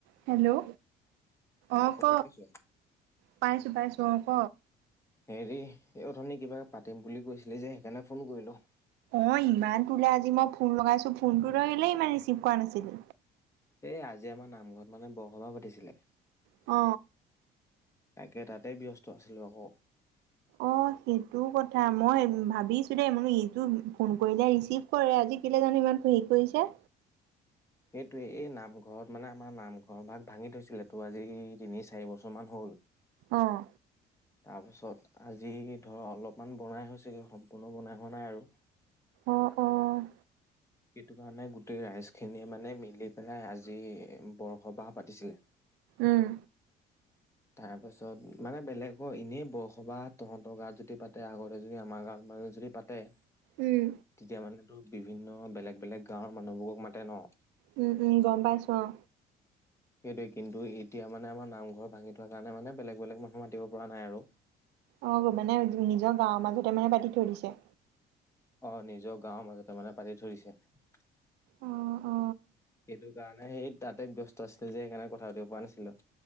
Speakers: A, on the right; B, on the left.
A: Hello অ
B: শুনি
A: ক
B: পাইছো
A: পাইছো পাইছো চপ
B: হেৰি এই ধনী কিবা পাতিম বুলি কৈছিলি যে সেইকাৰণে ফোন কৰিলো
A: অ ইমান তোলে আজি মই ফোন লগাইছো ফোনটো লৈ গিললে ইমান ৰিচিভ কৰা নাছিলো
B: এই আজি আমাৰ নামঘৰত মানে বৰসভা পাতিছিলে।
A: অ
B: তাকে, তাতেই ব্যস্ত আছিলোঁ আকৌ
A: অ সেইটো কথা মই ভাবিছো দেই মানে ইতো ফোন কৰিলে ৰিচিভ কৰে আজি কিলে জানো ইমান হেৰি কৰিছে
B: সেইটোৱে, এই নামঘৰত মানে আমাৰ নামঘৰ ভাগ ভাঙি থৈছিল ত' আজি তিনি-চাৰি বছৰ মান হ'ল
A: আহ
B: তাৰপিছত আজি ধৰ অলপমান বনাই হৈছে কিন্তু সম্পূৰ্ণ বনাই হোৱা নাই আৰু
A: অঁ অঁ
B: সেইটো কাৰণে গোটেই ৰাইজ খিনিয়ে মানে মিলি পেলাই আজি বৰসভা পাতিছিলে।
A: উম
B: তাৰ পাছত, মানে বেলেগৰ এনেই বৰসভা তহঁতৰ গাঁৱত যদি পাতে আগতে যদি আমাৰ গাঁৱত মানে যদি পাতে তেতিয়া
A: উম
B: মানে বিভিন্ন বেলেগ-বেলেগ গাঁৱৰ মানুহবোৰক মাতে ন।
A: উম, উম, গম পাইছো অ
B: সেইটোৱে, কিন্তু এতিয়া মানে আমাৰ নামঘৰ ভাঙি কাৰণে মানে বেলেগ-বেলেগ মানুহ মাতিব পৰা নাই আৰু
A: অ মানে নিজৰ গাঁৱৰ মাজতে মানে পাতি থৈ দিছে
B: অ নিজৰ গাঁওৰ মাজতে মানে পাতি থৈ দিছে, সেইটো
A: অ অ
B: কাৰণে সেই তাতে ব্যস্ত আছিলে যে সেইকাৰণে কথা পাতিব পৰা নাছিলো।